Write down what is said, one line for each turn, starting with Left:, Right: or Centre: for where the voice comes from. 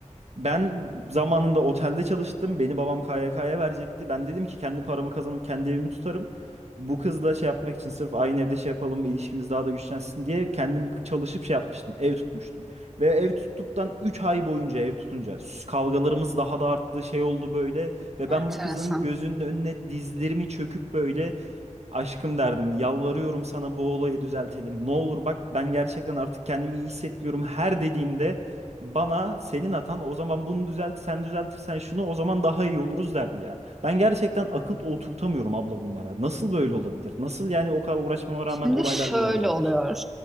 Right: Ben zamanında otelde çalıştım. Beni babam KYK'ya verecekti. Ben dedim ki kendi paramı kazanıp kendi evimi tutarım. Bu kızla şey yapmak için sırf aynı evde şey yapalım, ilişkimiz daha da güçlensin diye kendim çalışıp şey yapmıştım. Ev tutmuştum. Ve ev tuttuktan 3 ay boyunca ev tutunca s- kavgalarımız daha da arttı, şey oldu böyle. Ve
Centre: Enteresan.
Right: ben bu kızın gözünün önüne dizlerimi çöküp böyle Aşkım derdim, yalvarıyorum sana bu olayı düzeltelim. Ne olur bak ben gerçekten artık kendimi iyi hissetmiyorum. Her dediğimde bana senin hatan o zaman bunu düzelt, sen düzeltirsen şunu o zaman daha iyi oluruz derdi ya. Ben gerçekten akıl oturtamıyorum abla bunlara. Nasıl böyle olabilir? Nasıl yani o kadar uğraşmama rağmen
Centre: Şimdi
Right: olaylar
Centre: şöyle
Right: buraya gelebilir?
Centre: oluyor.